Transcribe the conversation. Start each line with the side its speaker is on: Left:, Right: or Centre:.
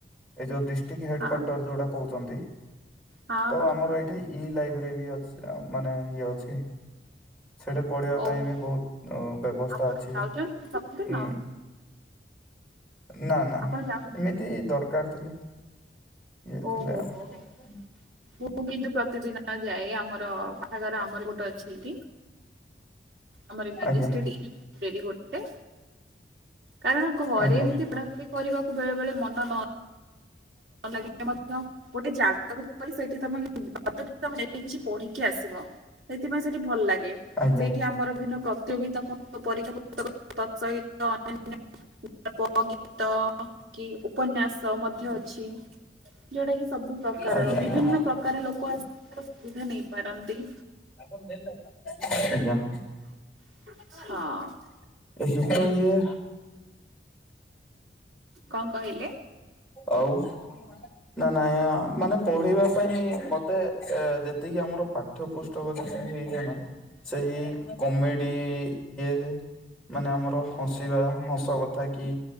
Centre: ଏ ଯୋଉ ଦି ଠିକ୍ ହେଡ
Right: ହଁ
Centre: କ୍ୱାର୍ଟର ଯୋଉଟା କହୁଛନ୍ତି
Right: ହଁ
Centre: ତ
Right: ହଁ
Centre: ଆମର
Right: ହଁ
Centre: ଏଇଠି ଇ ଲାଇବ୍ରେରୀ ବି ଅଛି ମାନେ ଇଏ ଅଛି। ସେଠି ପଢ଼େଇବା
Right: ଓହୋ
Centre: ପାଇଁ ବି ବହୁତ ବ୍ୟବସ୍ଥା
Right: ଆପଣ
Centre: ଅଛି।
Right: ଯାଉଛନ୍ତି
Centre: ହୁଁ।
Right: ସବୁଦିନ
Centre: ନା ନା
Right: ଆପଣ ଯାଉ
Centre: ଏମିତି ଦରକାର ଥିଲେ, ଇଏ
Right: ଓହୋ
Centre: ଥିଲେ ଆଉ।
Right: ହୋ ହୋ ମୁଁ କିନ୍ତୁ ପ୍ରତିଦିନ ଯାଏ ଆମର ବାହାଘର ଆମର ଗୋଟେ ଅଛି ଏଇଠି। ଆମର ଏ ବିଡ୍
Centre: ଆଜ୍ଞା
Right: ଷ୍ଟଡି ବ୍ରେରୀ ଗୋଟେ କାରଣ ଘରେ
Centre: ଆଜ୍ଞା
Right: ଏମତି ପଢ଼ାପଢ଼ି କରିବାକୁ ବେଳେ ବେଳେ ମନ ନ ଲାଗିଲେ ମଧ୍ୟ ଗୋଟେ ଜାଗାକୁ ଗଲେ ସେଇଠି ତମେ <unintelligible> କିଛି ପଢିକି ଆସିବ। ସେଥିପାଇଁ ସେଠି ଭଲ ଲାଗେ
Centre: ଆଜ୍ଞା
Right: ସେଇଠି ଆମର ଭିନ୍ନ କ ପ୍ରତିଯୋଗିତା ପରୀକ୍ଷା ପକ <inaudible> ତା ସହିତ ଅନ୍ୟାନ୍ୟ ଗଳ୍ପ, ଗୀତ କି ଉପନ୍ୟାସ ମଧ୍ୟ ଅଛି। ଯୋଉଟା କି ସବୁ ପ୍ରକାରର
Centre: ଆଜ୍ଞା ଆଜ୍ଞା
Right: ବିଭିନ୍ନ ପ୍ରକାର ଲୋକ ଆସିବାର ସୁବିଧା ନେଇପାରନ୍ତି।
Centre: ତାଙ୍କର ଦେଲ ନା? ଆଜ୍ଞା।
Right: ହଁ।
Centre: ସେ ତ ଇଏ
Right: କଣ କହିଲି?
Centre: ଆଉ ନା ନାହିଁ ମାନେ ପଢିବା ପାଇଁ ମତେ ଯେତିକି ଆମର ପାଠ ପାଠ ପୁସ୍ତକ ଯେତିକି ଇଏ ନା ସେହି କମେଡି ଇଏ ମାନେ ଆମର ହସିବା ହସ କଥା କି